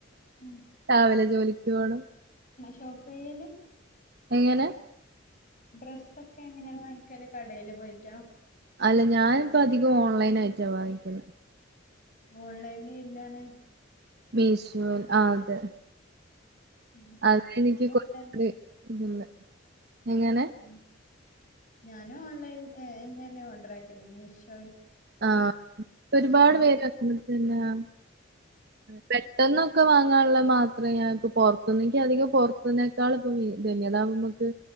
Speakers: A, on the left; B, on the right.
A: ഉം
B: രാവിലെ ജോലിക്ക് പോണം
A: സ്റ്റോപ്പയല്ലേ
B: എങ്ങനെ
A: ഡ്രസ്സൊക്കെ എങ്ങനെയ വാങ്ങിക്കല് കടയില് പോയിട്ട
B: അല്ല ഞാനിപ്പം അധികം ഓൺലൈൻ ആയിറ്റ വാങ്ങിക്കുന്നത്
A: ഓൺലൈനിയിലാണ്
B: മീശോയിൽ ആ അതെ
A: ഉം
B: അതെ എനിക്ക്
A: ഞാനും
B: കുറച്ചു
A: ഓൺലൈൻ
B: കൂടി <unintelligible> എങ്ങനെ
A: ഉം ഞാനും ഓൺലൈയിൽ എന്നെന്നെ ഓർഡർ ആക്കുന്നെ മീശോ
B: ആ ഒരുപാട്
A: ഡ്രസ്സ്
B: പേര് <unintelligible> പെട്ടെന്നൊക്കെ വാങ്ങാനുള്ള മാത്രമേ ഞാൻ ഇപ്പൊ പൊറത്തുന്ന് എനിക്ക് അധികം പൊറത്തന്നേക്കാൾ ഇപ്പൊ വി ഇതെന്നയ അതാവുമ്പം നമ്മക്ക്